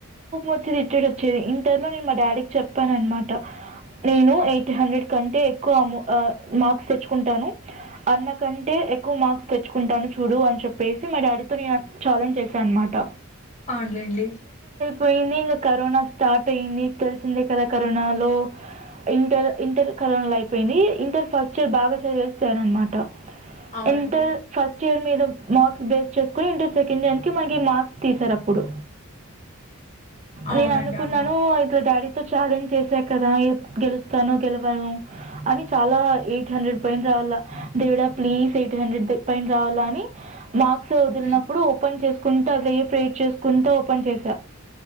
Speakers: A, on the right (about 30°); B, on the left (about 35°).
A: వచ్చి రిటైడ్ వచ్చేది ఇంటర్ లో నేను మా డాడీకి చెప్పాను అనమా టె నేను ఎయిట్ హండ్రెడ్ కంటే ఎక్కువ ము ఆ మార్క్స్ తెచ్చుకుంటాను అన్న కంటే ఎక్కువ మార్క్స్ తెచ్చుకుంటాను చూడు అని చెప్పేసి మా డాడీతో నే ఛాలెంజ్ చేశాను అనమాట
B: అవునులెండి
A: పోయింది ఇంకా కరోనా స్టార్ట్ అయింది తెలిసిందే కదా కరోనా లో ఇంటర్ ఇంటర్ కరోనా లో అయిపోయింది ఇంటర్ ఫస్ట్ ఇయర్ బాగా చదివేస్తార అనమాట
B: అవునండి
A: ఇంటర్ ఫస్ట్ ఫక్స్ట్ ఇయర్ మీద మార్క్స్ బేస్ చేసుకుని ఇంటర్ సెకండ్ ఇయర్ కి మన మార్క్స్ తీసారు అప్పుడు
B: అవునండి
A: నేను అనుకున్నాను
B: అవును
A: ఇట్లా డాడీ చాలెంజ్ చేసా కదా గెలుస్తానో గెలవను అని చాలా ఎయిట్ హండ్రెడ్ పైన రావాల దేవుడా ప్లీజ్ ఎయిగ్టీన్ హండ్రెడ్ పైన రావాల అని మాకు వదిలినప్పుడు
B: ఉమ్,
A: ఓపేన్ చేస్ కుంత రేప్ ప్రేట్ చేసుకుంతా ఓపెన్ చేసా